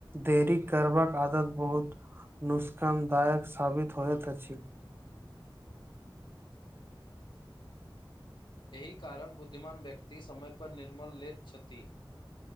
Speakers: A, on the right (about 25°); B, on the left (about 65°).
A: देरी करबाक आदत बहुत नुस्कानदायक साबित होत छल
B: एहि कारण बुद्धिमान व्यक्ति समय पर निर्मल लेैत छथि